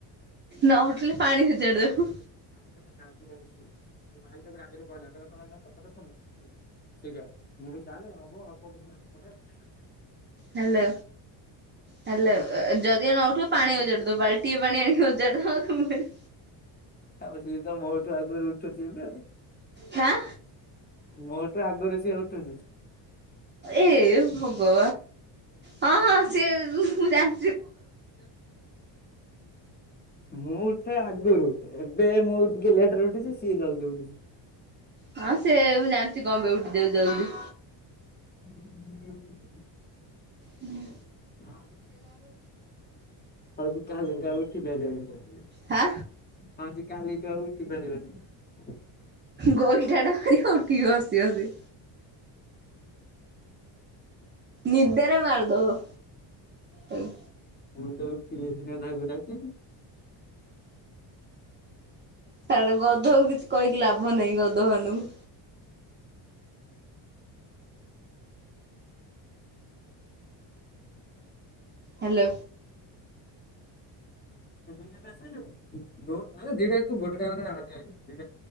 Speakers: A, on the right; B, on the left.
A: ନ ଉଠିଲେ ପାଣି ସଜାଡି
B: ଶାନ୍ତି
A: ଦବ।
B: ଲାଗୁଛି। ଭାଇ ତାଙ୍କରେ ରାଗରେ କହିଲା କହିଲ କହିଲ କଥା ଶୁଣ ସେଇଟା ମୁଁ କି ତାହଲେ ହବ ହବ ଆଉ। ତାପରେ <unintelligible>
A: ହେଲୋ ହେଲୋ ଯଦିଓ ନ ଉଠିବ ପାଣିଅଜାଡି ଦେବୁ ବାଲଟିଏ ପାଣି ଆଣ ଣି ଅଜାଡ଼ି ଦବ ତା ମୁହଁରେ
B: ଆବେ ସେ ତ ମୋଠୁ ଆଗରେ ଉଠୁଚି ନା?
A: ହାଁ
B: ମୋଠୁ ଆଗରୁ ସେ ଉଠୁଚି।
A: ଏ ହବ ହଁ ହଁ ସିଏ ମୁଁ ଜାଣି
B: ମୁଁ ଉଠେ ଆଗରୁ। ଏବେ ମୁଁ ଟିକେ ଲେଟରେ ଉଠୁଛି ସିଏ ଜଲ୍ଦି ଉଠୁଛି।
A: ହଁ ସେ ମୁଁ ଜାଣିଛି କଣ କଉଠି ଉଠି ଯାଉଛୁ ଜଲଦି।
B: <unintelligible>
A: ଉଁ।
B: ହା କହୁଚି ତାହେଲେ ଏକା ଉଠି ପାରିବନି କେମ
A: ହା।
B: ହଁ ଯେ କାଲି ତ ଉଠି ପାରିବନି।
A: ଗୋଇଠା ଟା ମାରିବ ଉଠିବ ହସି ହସି। ନିଦରେ ମାରିଦେବ ତାକୁ।
B: ନିଜେ ଉଠିଥିଲେ ସିନା ତାକୁ ଡାକିବି।
A: ଛାଡ଼ ଗଧକୁ କିଛି କହିକି ଲାଭ ନାହିଁ ଗଧ ମାନଙ୍କୁ। ହାଲୋ।
B: ଦୋ ନାଇ ରେ ଦିଟା ତୁ ଗୋଟେ ଟାଇମ୍ ରେ ହାଲିଆ ହେଇଯିବୁ ଦି